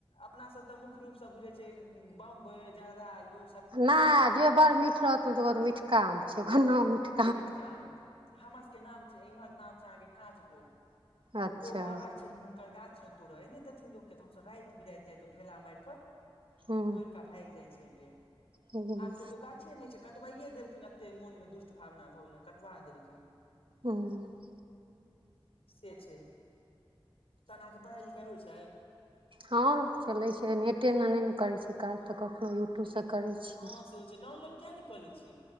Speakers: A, on the left; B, on the right.
A: अपना सब ते मुख्य रूप से बुझे छै बम्ब जर्दलू
B: नहि जे बड़ मिठ रहतौ तऽ मिठका आम छै घन्ना मिठ
A: मिटका हमर सबके नाम इमहर नाम छै अहाँके काँच भोग त
B: हँ अच्छा
A: ओ बाबा छलख हुनकर गाछ मे तोरय ने देथिन लोकके तऽ हमस राति बिराति जायत ओ ढेला मारिकऽ
B: हूँ
A: तोड़ भागि जाइ छै
B: हूँ
A: आब के तो गाछे नहि छै कटबै देलखिन एते मोन मे दु भावना भऽ गेलनि कटबा देलखिन
B: हँ <inaudible>
A: से छै तहन आहा के पढ़ाई लिखाई होइ छै
B: हँ चलैत छै नेटे एना नहि ने करैत छै काज तऽखनो यूट्यूबसँ करै छियै
A: हँ सेहो छै डाउनलोड किया नहि कऽ लै छियै